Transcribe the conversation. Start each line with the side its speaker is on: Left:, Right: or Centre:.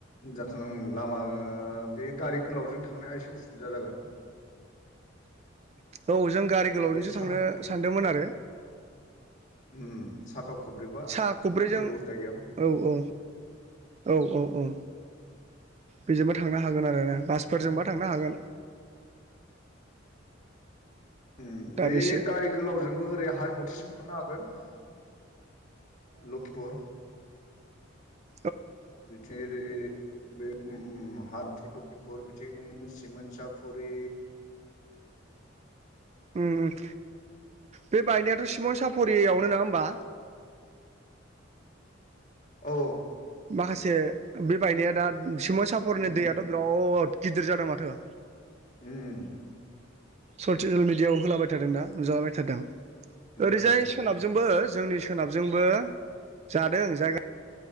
Left: जाथला उम लामा ओ बे गारि गोलावजों थांनाया एसे उसुबिदा जागोन।
Right: <inaudible> औ जों गारि गोलावजोंसो
Left: बे साखा
Right: थांनो सानदोंमोन आरो।
Left: उम साखा खब्रैबा
Right: सा खब्रैजों
Left: जेबो उसुबिदा गैयामोन।
Right: औ औ औ औ औ! बेजोंबो थांनो हागोन आरोना बासफोरजोंबा थांनो हागोन।
Left: उम
Right: दा
Left: बे
Right: बेसे
Left: गारि गोलावजोंबो ओरै हार मुथिसिम थांनो हागोन। लखिपुर
Right: द
Left: ओरै बे उम उम हारमुथि लखिमपुर बिथिं सिमोन साफरि
Right: उम उम बे बायनायाथ' सिमोन साफरि फरियावनो नङा होमबा?
Left: औ
Right: माखासे बे बायनाया दा सिमयसापरनि
Left: उम
Right: दैयाथ' बिराद गिदिर जादों माथो
Left: उम
Right: ससियेल मिडियाआव होलाबाय थादोंना नुजाबाय थादों
Left: उम
Right: ओरैजाय
Left: जादों उम
Right: सोनाबजोंबो। जोंनि सोनाबजोंबो जादों जायगा